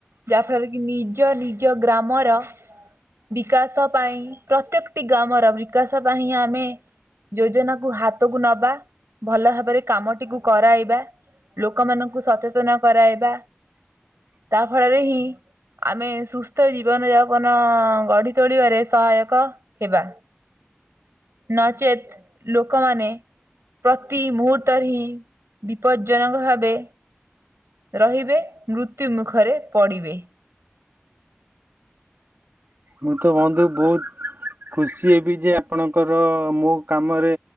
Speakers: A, on the right; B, on the right.
A: ଯାହାଫଳରେ କି ନିଜ ନିଜ ଗ୍ରାମର ବିକାଶ ପାଇଁ ପ୍ରତ୍ୟେକଟି ଗ୍ରାମର ବିକାଶ ପାଇଁ ଆମେ ଯୋଜନା କୁ ହାତକୁ ନବା। ଭଲ ଭାବରେ କାମଟିକୁ କରାଇବା ଲୋକମାନଙ୍କୁ ସଚେତନ କରାଇବା। ତା ଫଳରେ ହିଁ ଆମେ ସୁସ୍ଥ ଜୀବନ ଯାପନ ଗଢି ତୋଳିବାରେ ସହାୟକ ହେବା ନଚେତ୍ ଲୋକମାନେ ପ୍ରତି ମୁହୂର୍ତ୍ତରେ ହିଁ ବିପଦଜ୍ଜନକ ଭାବେ ରହିବେ ମୃତ୍ୟୁ ମୁଖରେ ପଡିବେ।
B: ମୁଁ ତ ବନ୍ଧୁ ବହୁତ ଖୁସି ଏବି ଯେ ଆପଣଙ୍କର ମୋ କାମରେ